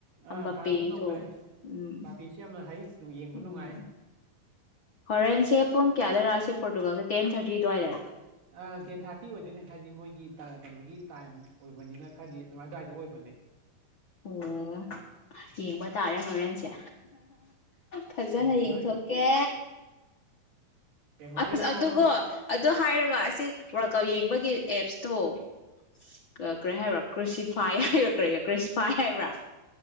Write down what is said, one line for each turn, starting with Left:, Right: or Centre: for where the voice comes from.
Right: ꯑꯥ
Left: ꯑꯝꯕꯄꯦꯗꯣ
Right: ꯐ꯭ꯔꯥꯟꯁꯁꯨ ꯉꯝꯈꯔꯦ
Left: ꯎꯝ
Right: ꯚꯥꯄꯦꯁꯨ ꯌꯥꯝꯅ ꯍꯩ ꯌꯦꯡꯕ
Left: ꯎꯝ
Right: ꯅꯨꯡꯉꯥꯏ
Left: ꯍꯣꯔꯦꯟꯁꯦ ꯄꯨꯡ ꯀꯌꯥꯗ ꯔꯥ ꯁꯤ ꯄꯣꯔꯇꯨꯒꯥꯜꯁꯦ ꯇꯦꯟ ꯊꯥꯔꯇꯤ ꯑꯗꯨꯋꯥꯏꯗꯏꯗꯔꯥ
Right: ꯑ ꯇꯦꯟ ꯊꯥꯔꯇꯤ ꯑꯣꯏꯗꯣꯏꯅꯦ ꯍꯥꯏꯗꯤ ꯃꯣꯏꯒꯤ ꯀꯩꯅꯣꯒꯤ ꯇꯥꯏꯝ ꯑꯣꯏꯕꯅꯤꯅ ꯈꯔꯗꯤ ꯑꯗꯨꯋꯥꯏꯗ ꯑꯣꯏꯕꯅꯦ
Left: ꯑꯣ ꯌꯦꯡꯕ ꯇꯥꯔꯦ ꯍꯣꯔꯦꯟꯁꯦ ꯐꯖꯅ
Right: ꯌꯦꯡꯊꯔꯣꯏ
Left: ꯌꯦꯡꯊꯣꯛꯀꯦ
Right: ꯌꯦꯡꯍꯧꯔꯣ
Left: ꯑꯁ
Right: ꯌꯦꯡꯍꯧꯔꯣ
Left: ꯑꯗꯨꯣ ꯑꯗꯨ ꯍꯥꯏꯔꯒ ꯑꯁꯤ ꯋꯥꯔꯀꯞ ꯌꯦꯡꯕꯒꯤ ꯑꯦꯞꯁꯇꯣ ꯀꯔꯤ ꯍꯥꯏꯕ꯭ꯔꯥ ꯀ꯭ꯔꯤꯁꯤꯐꯥꯏ ꯍꯥꯏ꯭ꯔꯥ ꯀꯔꯤ ꯀ꯭ꯔꯤꯁꯤꯐꯥꯏ ꯍꯥꯏꯕ꯭ꯔꯥ